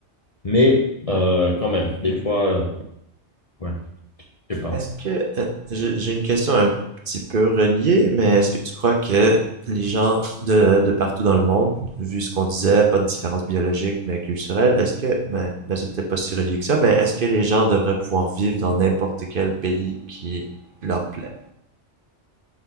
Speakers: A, on the left (about 35°); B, on the right (about 50°).
A: Mais euh, quand même, des fois. euh, Ouais, je sais pas.
B: Est-ce que euh, j'ai j'ai une question un petit peu reliée, mais est-ce que tu crois que les gens de, de partout dans le monde, vu ce qu'on disait, pas de différence biologique mais culturelle, est-ce que, mais, mais c'est peut-être pas si relié que ça, mais est-ce que les gens devraient pouvoir vivre dans n'importe quel pays qui leur plaît?